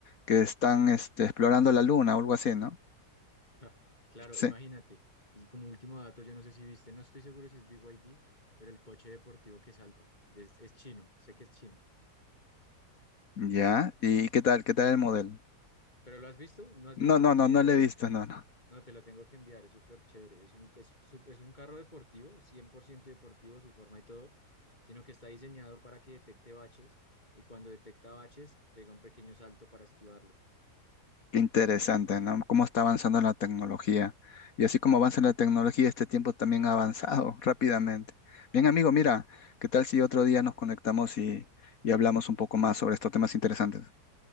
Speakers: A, on the left; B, on the left.
A: que están este, explorando la luna o algo así, ¿no?
B: Ja, Claro,
A: <laughs> Sí.
B: imagínate. Y como último dato, yo no sé si viste, no estoy seguro si es BYD, pero el coche deportivo que salta es, es chino, sé que es chino.
A: Ya, ¿y qué tal? ¿Qué tal el modelo?
B: ¿Pero lo has visto? ¿No has
A: No,
B: visto algún
A: no, no,
B: video
A: no lo he
B: del
A: visto,
B: carro?
A: no, no.
B: No, te lo tengo que enviar, es súper chévere. Es un, es, su- es un carro deportivo, 100% deportivo, su forma y todo, sino que está diseñado para que detecte baches y cuando detecta baches, pega un pequeño salto para esquivarlo.
A: Qué interesante, ¿no? Cómo está avanzando la tecnología. Y así como avanza la tecnología, este tiempo también ha avanzado <laughs> rápidamente. Bien, amigo, mira, ¿qué tal si otro día nos conectamos y, y hablamos un poco más sobre estos temas interesantes?